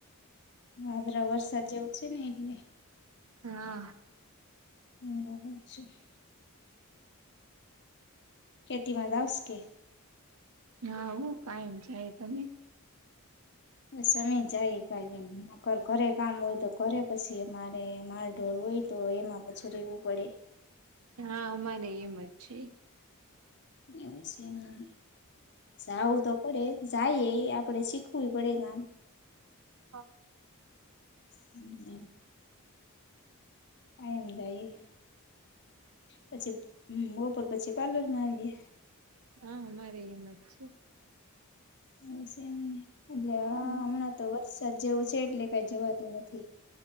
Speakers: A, on the left (about 55°); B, on the right (about 75°).
A: વાદળા વરસાદ જેવું છે ને એટલે.
B: હા.
A: <unintelligible> ખેતીમાં જાવશ કે
B: હા હો કાયમ જાઈએ. તમે?
A: બસ અમે જાઈએ કાયમ, અગર ઘરે કામ હોય તો ઘરે, પછી અમારે માલ ઢોર હોય તો એમાં પાછું રહેવું પડે.
B: હા અમારેય એમ જ છે.
A: એવું સે <unintelligible> જાઉં તો પડે જઈએ આપડે શીખવું પડે ગામ
B: હા
A: હમ આમ જાય પછી બપોર પછી પાર્લર માં આવીએ
B: હા અમારે એમજ છે
A: હ છે ને એટલે
B: હમ
A: મણા તો વરસાદ જેવું છે એટલે કઈ જવાતું નથી